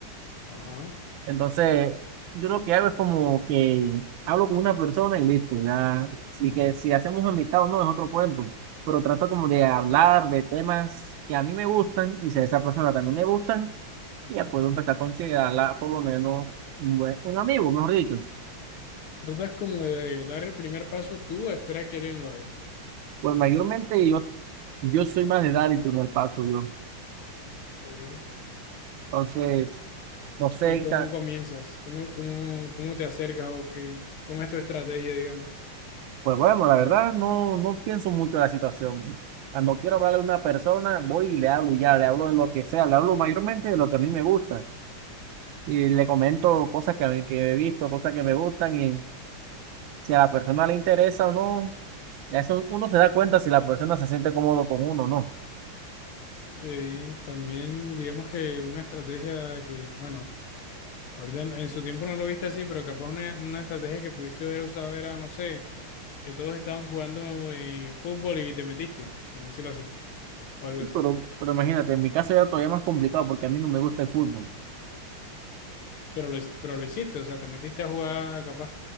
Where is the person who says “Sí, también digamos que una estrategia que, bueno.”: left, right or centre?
Left